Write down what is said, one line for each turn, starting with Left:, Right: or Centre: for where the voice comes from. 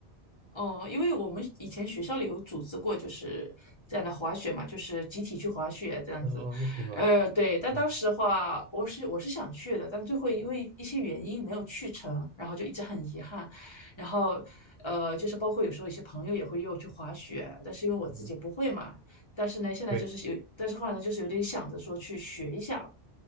Left: 哦，因为我们以前学校里有组织过，就是这样的滑雪嘛，就是集体去滑雪这样子。
Right: <laughs> 哦，那挺好。
Left: 呃，对，但当时的话，
Right: 嗯
Left: 我是我是想去的，但最后因为一些原因没有去成，然后就一直很遗憾。然后，呃，就是包括有时候一些朋友也会约我去滑雪，但是因为我自己不会嘛，
Right: 嗯，
Left: 但是呢，现在就是有，
Right: 对
Left: 但是后来呢，就是有点想着说去学一下。